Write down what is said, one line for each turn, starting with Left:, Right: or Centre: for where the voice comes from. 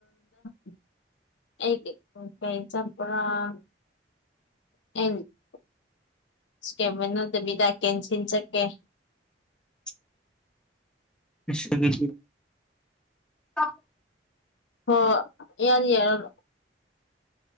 Left: <unintelligible> <unintelligible> ꯁꯦ ꯃꯟꯅꯗ ꯕꯤꯗꯥ ꯀꯦꯟꯁꯤꯜ ꯆꯀꯦ
Centre: <unintelligible> ꯁꯤꯗꯒꯤꯁꯨ <unintelligible>
Left: ꯍ‌ꯣ ꯌꯥꯅꯤ ꯌꯔꯣꯏ